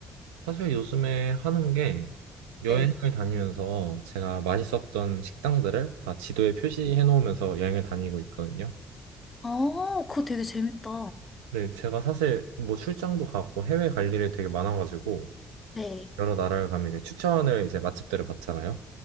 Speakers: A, on the right; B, on the left.
A: 사실 요즘에 하는 게 여행을
B: 네.
A: 다니면서 제가 맛있었던 식당들을 다 지도에 표시해 놓으면서 여행을 다니고 있거든요.
B: 아, 그거 되게 재밌다.
A: 네, 제가 사실 뭐 출장도 가고 해외 갈 일이 되게 많아가지고
B: 네,
A: 여러 나라를 가면 이제 추천을 이제 맛집들을 받잖아요.